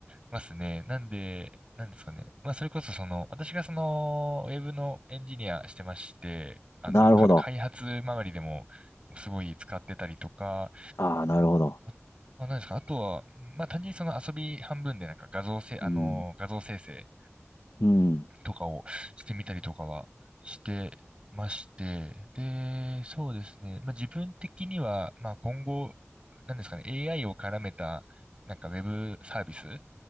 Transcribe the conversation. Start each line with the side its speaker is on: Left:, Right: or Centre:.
Right: ますね。なんで、なんですかね。まあそれこそその、私がその、ウェブのエンジニアしてまして、あの、
Left: なるほど。
Right: か開発周りでもすごい使ってたりとか、
Left: ああ、なるほど。
Right: あまあ、何ですか。あとは、まあ、単純にその遊び半分でなんか画像せ、あの、
Left: うん。
Right: 画像生成
Left: うん。
Right: とかをしてみたりとかはしてまして、で、そうですね。まあ、自分的には、まあ、今後、何ですかね、AI を絡めた、なんかウェブサービス